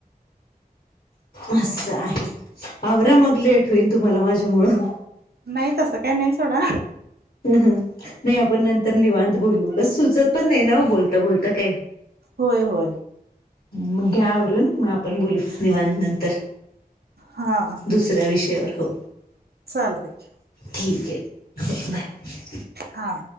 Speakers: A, on the left; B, on the right.
A: अस
B: मग
A: आहे. आवरा मग लेट होईल तुम्हाला माझ्या मुळं.
B: नाही तसं काही नाही सोडा.
A: ह ह. नाही आपण नंतर निवांत बोलू. काही सुचत पण नाही ना हो बोलता बोलता काही.
B: होय. होय.
A: हं. मग घ्या आवरून मग आपण बोलू निवांत नंतर.
B: हा.
A: दुसऱ्या विषयावर हो.
B: चालतय.
A: ठीक आहे. बाय.
B: हां..